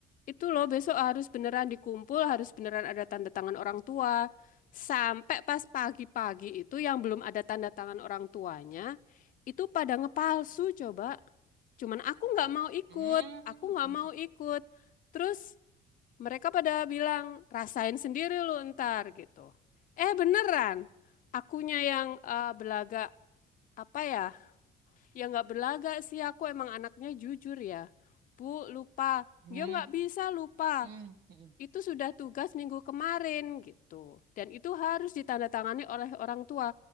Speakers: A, on the left; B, on the right.
A: Itu loh besok harus beneran dikumpul, harus beneran ada tanda tangan orang tua. Sampai pas pagi-pagi itu yang belum ada tanda tangan orang tuanya, itu pada ngepalsu coba. Cuman aku nggak mau ikut,
B: Hmm,
A: aku nggak
B: <laughs>
A: mau ikut. Terus mereka pada bilang, rasain sendiri lu ntar gitu. Eh beneran, akunya yang eh, belagak apa ya? yang nggak belagak sih, aku emang anaknya jujur ya. Bu, lupa.
B: hmm,
A: Dia nggak bisa lupa
B: hmm, hmm.
A: itu sudah tugas minggu kemarin gitu. Dan itu harus ditandatangani oleh orang tua.